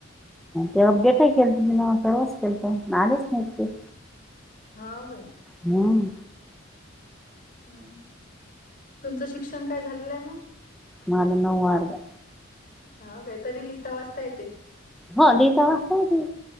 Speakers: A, in the centre; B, on the left.
A: ते अपडेटही केल तुझ नाव करवच केल तर आलेच नाहीत ते
B: हा हो
A: हम्म
B: ह तुमचं शिक्षण काय झालेलं आहे म
A: माल नऊ वार का
B: हा वह्या काय तरी लिहिता वाजता येते
A: होय लिहिता वाचता येते